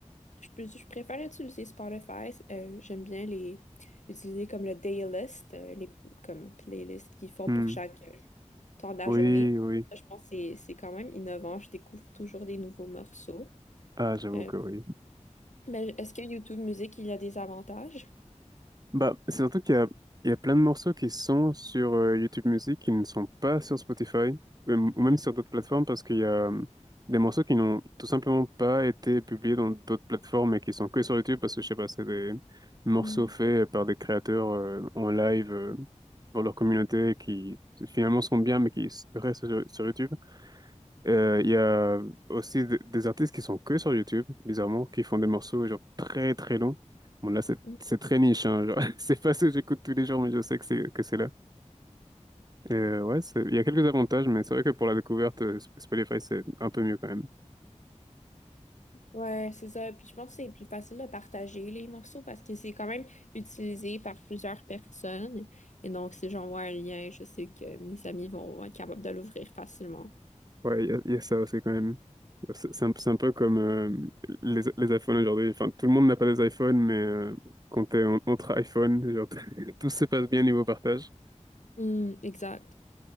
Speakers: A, on the left; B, on the right.
A: je, peux- je préfère utiliser Spotify. Euh, j'aime bien les utiliser comme le daylist, euh, les comme playlist qu'ils font
B: Hmm.
A: pour chaque euh, temps de la
B: Oui,
A: journée.
B: oui.
A: Ça, je pense que c'est c'est quand même innovant. Je découvre toujours des nouveaux morceaux.
B: Ah, j'avoue
A: Euh,
B: que oui.
A: mais est-ce que YouTube Music, il y a des avantages?
B: Bah, c'est surtout qu'il y a, il y a plein de morceaux qui sont sur euh, YouTube Music qui ne sont pas sur Spotify ou même ou même sur d'autres plateformes parce qu'il y a euh, des morceaux qui n'ont tout simplement pas été publiés dans d'autres plateformes et qui sont que sur YouTube parce que je sais pas, c'est des morceaux
A: Mm.
B: faits par des créateurs euh, en live euh, pour leur communauté qui finalement sont bien mais qui s- restent sur, sur YouTube. Euh, Il y a aussi de- des artistes qui sont que sur YouTube, bizarrement, qui font des morceaux genre très très longs. Bon là c'est
A: Mm.
B: c'est très niche, hein, genre, <laughs> c'est pas ce que j'écoute tous les jours, mais je sais que c'est que c'est là. Euh, ouais, c'est- il y a quelques avantages, mais c'est vrai que pour la découverte, euh, Sp- Spotify c'est un peu mieux quand même.
A: Ouais, c'est ça. Puis je pense que c'est plus facile de partager les morceaux parce que c'est quand même utilisé par plusieurs personnes. Et donc, si j'envoie un lien, je sais que mes amis vont être capables de l'ouvrir facilement.
B: Ouais, il y, a il y a ça aussi quand même. C'est c'est un, c'est un peu comme euh, les, les iPhones aujourd'hui. Enfin, tout le monde n'a pas des iPhones, mais euh, quand t'es en- entre iPhone genre, <laughs> tout se passe bien niveau partage.
A: Mm, exact.